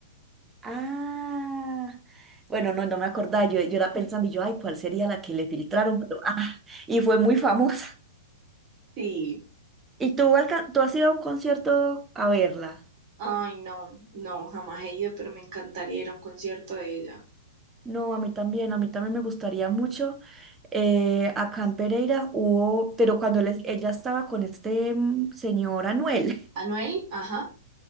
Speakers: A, on the right (about 15°); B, on the right (about 40°).
A: Ah, bueno, no, no me acordaba. Yo, yo era pensando, y yo, ay, ¿cuál sería la que le filtraron? Pero, ah, y fue muy famosa.
B: Sí,
A: <laughs> ¿Y tú, alca- tú has ido a un concierto a verla?
B: ay no, no, jamás he ido, pero me encantaría ir a un concierto de ella.
A: No, a mí también, a mí también me gustaría mucho. Eh, acá en Pereira hubo, pero cuando él es- ella estaba con este mm, señor Anuel,
B: Anuel, ajá.